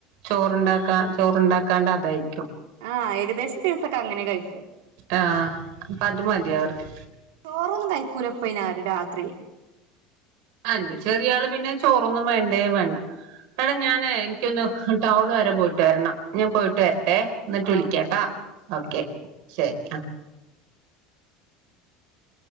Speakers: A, on the right; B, on the right.
A: ചോറുണ്ടാക്ക
B: ആഹ്
A: ചോറണ്ടാ ക്കാണ്ട അതായിരിക്കും
B: ആഹ് ഏകദേശ ദിവസൊക്കെ അങ്ങനെ കഴിക്കും
A: ആഹ് അപ്പൊ അത് മതി അവർക്ക്
B: ചോറൊന്നും കഴിക്കൂലപ്പയിനാരും രാത്രി
A: അന്റെ ചെറിയ ആള് പിന്നെ ചോറൊന്നും വേണ്ടേ വേണ്ട എടാ ഞാന് എനിക്കൊന്ന് ടൗണ് വരെ പോയിട്ട് വരണം ഞാൻ പോയിട്ട് വരട്ടെ ന്നിട്ട്
B: ആഹ്
A: വിളിക്കാട്ടോ ഓക്കേ
B: ഓക്കെ.
A: ശരി ആഹ്